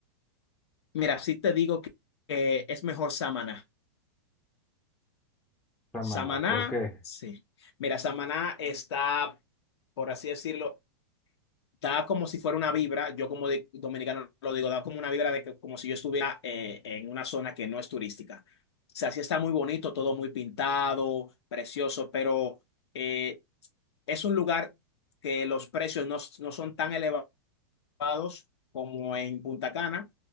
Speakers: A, on the left; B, in the centre.
A: Mira, sí te digo que, que es mejor Samaná.
B: Samana.
A: Samaná,
B: ¿Por qué?
A: sí. Mira, Samaná está, por así decirlo, da como si fuera una vibra, yo como de- dominicano lo digo, da como una vibra de que, como si yo estuviera eh, en una zona que no es turística. O sea, sí está muy bonito, todo muy pintado, precioso, pero eh, es un lugar que los precios no, no son tan elevados como en Punta Cana,